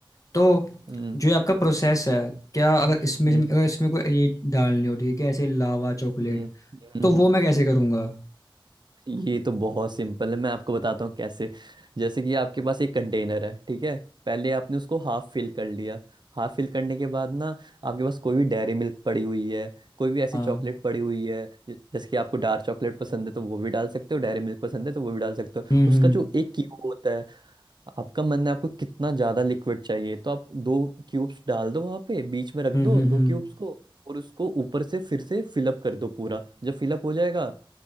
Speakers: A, on the left; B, on the right.
A: तो
B: हम्म
A: जो ये आपका प्रोसेस है क्या अगर
B: हम्म
A: इसमें
B: हम्म
A: अगर इसमें कोई ये डालनी हो ठीक है ऐसे लावा चॉकलेट
B: हम्म, हम्म,
A: तो
B: हम्म,
A: वो मैं कैसे करूँगा
B: ये तो बहुत सिंपल है मैं आपको बताता हूँ कैसे जैसे कि आपके पास एक कंटेनर है ठीक है पहले आपने उसको हाफ फिल कर लिया हाफ फिल करने के बाद ना आपके पास कोई भी डेयरी मिल्क पड़ी हुई है कोई भी ऐसी
A: हाँ
B: चॉकलेट पड़ी हुई है ज- जैसे कि आपको डार्क चॉकलेट पसंद है तो वो भी डाल सकते हो डेयरी मिल्क पसंद है तो वो भी डाल सकते हो
A: हम्म
B: उसका
A: हम्म
B: जो एक क्यूब होता है आपका मन है आपको कितना ज्यादा लिक्विड चाहिए तो आप दो क्यूब्स डाल दो वहां पे बीच में रख
A: हम्म
B: दो
A: हम्म
B: दो
A: हम्म,
B: क्यूब्स को और उसको ऊपर से फिर से फिलअप कर दो पूरा जब फिलअप हो जाएगा